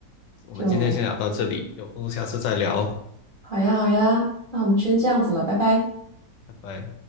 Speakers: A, on the left; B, on the right.
A: 我们今天先聊到这里，
B: 就
A: 有空下次再聊，
B: 好呀，好呀，那我们先这样子了，拜拜。
A: 拜拜。